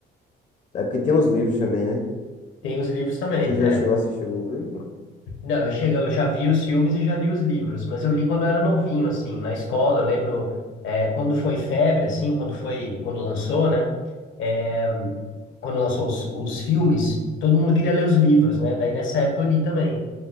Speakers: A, on the left; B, on the left.
A: É porque tem uns livros também, né?
B: tem os livros também,
A: Você já
B: é.
A: chegou a assistir os livros?
B: Não, eu, cheguei, eu já vi os filmes e já li os livros, mas eu li quando era novinho, assim, na escola. Eu lembro é, quando foi febre, assim, quando foi, quando lançou, né? É, quando lançou os, os filmes, todo mundo queria ler os livros, né? Daí nessa época eu li também.